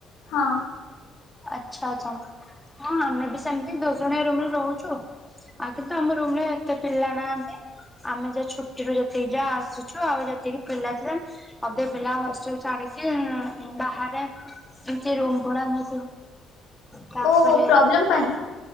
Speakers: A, on the left; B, in the centre.
A: ହଁ।
B: ଆଚ୍ଛା ଆଚ୍ଛା ହଁ ଆମେ ବି ସେମିତି ଦଶ ଜଣିଆ ରୁମରେ ରହୁଚୁ। ଆଉ କିନ୍ତୁ ଆମ ରୁମ ରେ ଏତେ ପିଲା ନାହାନ୍ତି। ଆମେ ଯାହା ଛୁଟିରୁୁ ଯେତିକି ଯାହା ଆସିୁଛୁ ଆଉ ଯେତିକି ପିଲା ଥିଲେ। ଅଧେ ପିଲା ହଷ୍ଟେଲ ଛାଡିକି ଉଁ ବାହାରେ ଏମତି ରୁମ ଭଡା ନେଇ ତାପରେ
A: ଓହୋ ପ୍ରୋବ୍ଲେମ୍ ପାଇଁ